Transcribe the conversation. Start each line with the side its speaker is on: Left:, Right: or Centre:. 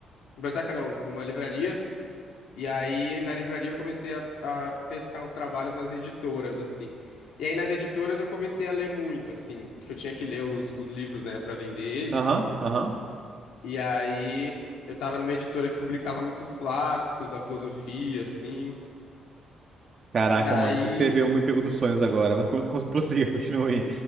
Left: biblioteca não, numa livraria. E aí, na livraria, eu comecei a, a pescar uns trabalhos nas editoras, assim. E aí, nas editoras, eu comecei a ler muito, assim, porque eu tinha que ler os, os livros, né, pra vender eles.
Right: Aham, aham.
Left: E aí, eu tava numa editora que publicava muitos clássicos da filosofia, assim.
Right: Caraca,
Left: E aí,
Right: mano, você descreveu um emprego dos sonhos agora, mas con- con- <laughs> prossiga, continue.